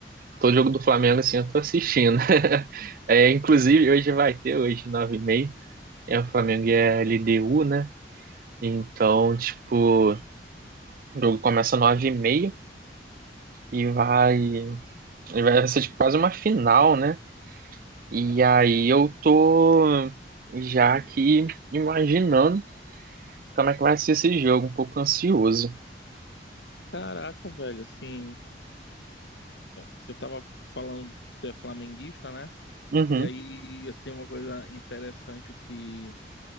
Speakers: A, on the right; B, on the left.
A: todo jogo do Flamengo, assim, eu tô assistindo. <laughs> É, inclusive, hoje vai ter, hoje, nove e meia. é, o Flamengo e é LDU, né? Então, tipo, o jogo começa nove e meia e vai, e vai ser, tipo, quase uma final, né? E aí eu tô já aqui imaginando como é que vai ser esse jogo, um pouco ansioso.
B: Caraca, velho, assim, você tava falando que você é flamenguista, né?
A: Uhum,
B: E aí, assim, uma coisa interessante que,